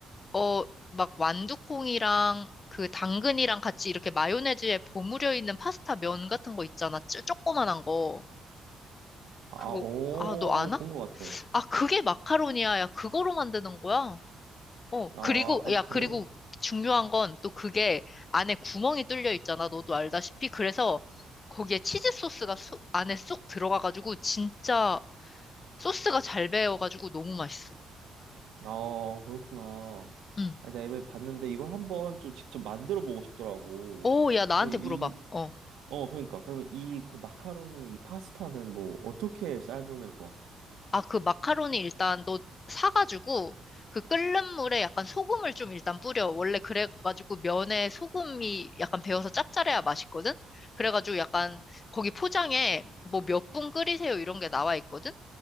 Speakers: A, on the left; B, on the right.
A: 어, 막 완두콩이랑 그 당근이랑 같이 이렇게 마요네즈에 버무려 있는 파스타 면 같은 거 있잖아. 쪼, 조그만한 거.
B: 아,
A: 그거,
B: 오,
A: 아, 너 아나?
B: 본 거 같아.
A: 아, 그게 마카로니아야. 그거로 만드는 거야? 어,
B: 아,
A: 그리고,
B: 아,
A: 야,
B: 그래.
A: 그리고 중요한 건 또 그게 안에 구멍이 뚫려 있잖아. 너도 알다시피. 그래서 거기에 치즈 소스가 쏙- 안에 쏙 들어가가지고 진짜 소스가 잘 배어가지고 너무 맛있어.
B: 아, 그렇구나.
A: 응.
B: 아니, 내가 이번에 봤는데 이걸 한번 좀 직접 만들어 보고 싶더라고.
A: 오, 야, 나한테
B: 그럼 이,
A: 물어봐. 어.
B: 어, 그러니까. 그러면 이 그 마카로니, 이 파스타는 뭐 어떻게 삶으면 좋아?
A: 아, 그 마카로니 일단 너 사가지고 그 끓는 물에 약간 소금을 좀 일단 뿌려. 원래 그래가지고 면에 소금이 약간 배어서 짭짤해야 맛있거든? 그래가지고 약간 거기 포장에 뭐 몇 분 끓이세요 이런 게 나와 있거든?